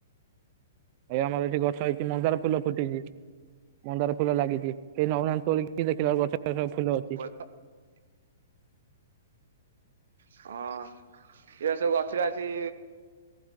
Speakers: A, on the right; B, on the right.
A: ଏ ଆମର ଏଇଠି ଗଛ ହେଇଛି, ମନ୍ଦାର ଫୁଲ ଫୁଟିଛି। ମନ୍ଦାର ଫୁଲ ଲାଗିଛି କେହି ନଉନାହାନ୍ତି ତୋଳିକି ଦେଖିଲା ବେଳକୁ ଗଛରେ ସବୁ ଫୁଲ ଅଛି।
B: ହଁ ହଁଅ-ଅ ଏ ସବୁ <inaudible> ଆଛି